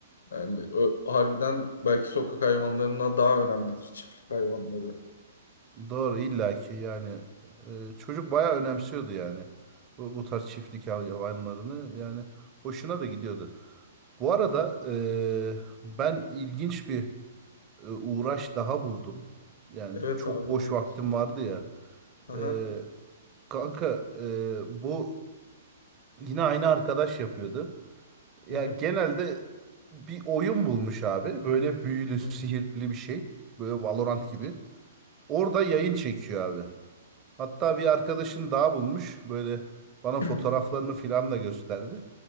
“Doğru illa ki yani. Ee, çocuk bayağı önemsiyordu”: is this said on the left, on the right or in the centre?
Right